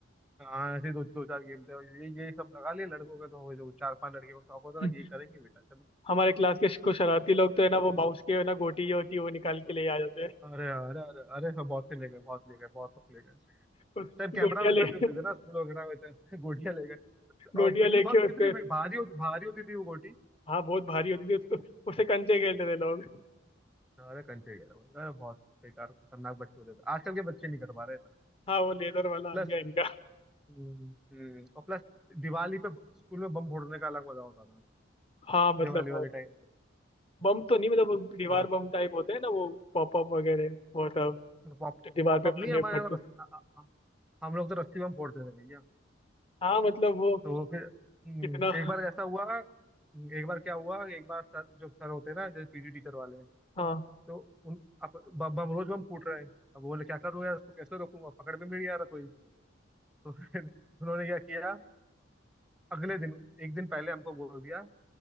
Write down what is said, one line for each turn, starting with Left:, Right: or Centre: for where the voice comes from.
Centre: हाँ ऐसे दो दो चार गेम थे और ये ये सब लगा लिए लड़कों का तो हो जो चार पांच लड़के को शौक होता
Left: था
Centre: था कि ये करेंगे बेटा चलो
Left: हमारे क्लास के कुछ शरारती लोग तो है ना वो माउस के है ना गोटी जो होती है वो निकाल के ले आ जाते हैं
Centre: अरे अरे अरे अरे सब बहुत से ले गए बहुत ले गए बहुत सब ले गए उस
Left: <laughs>
Centre: टाइम कैमरा
Left: गोटियां
Centre: वगैरह
Left: ले
Centre: भी नहीं होते थे ना स्कूल वगैरह में तो <laughs> गोटियां ले गए
Left: गोटियां
Centre: और कितनी
Left: लेके
Centre: बहुत कितनी
Left: उसके
Centre: भी- भारी होती भारी होती थी वो गोटी
Left: हाँ बहुत भारी होती थी उसको उससे कंचे खेलते थे लोग
Centre: अरे कंचे गया भाई अरे बहुत बेकार खतरनाक बच्चे होते थे आजकल के बच्चे नहीं कर पा रहे इतना
Left: हाँ वो लेदर वाला
Centre: प्लस
Left: आ गया इनका
Centre: हम्म हम्म, और प्लस दिवाली पे स्कूल में बम फोड़ने का अलग मजा होता था
Left: हाँ मतलब
Centre: दिवाली
Left: वो
Centre: वाले टाइम पे
Left: बम तो नहीं मतलब वो दीवार
Centre: है ना
Left: बम टाइप होते हैं ना वो पॉप अप वगैरह वो सब
Centre: पॉप
Left: जो दीवार
Centre: पॉपअप
Left: पे मारने
Centre: नहीं हमारे
Left: पड़ते
Centre: यहाँ हम लोग तो रस्सी बम फोड़ते थे भैया
Left: हाँ मतलब वो
Centre: तो फिर हम्म,
Left: कितना
Centre: एक बार ऐसा हुआ एक बार क्या हुआ एक बार सर जो सर होते हैं ना जैसे पीटी टीचर वाले
Left: हाँ
Centre: तो उन अब ब- बम रोज बम फूट रहे हैं अब बोले क्या करूँ यार इसको कैसे रोकूंगा पकड़ में भी नहीं आ रहा कोई तो फिर उन्होंने क्या किया अगले दिन एक दिन पहले हमको बोल दिया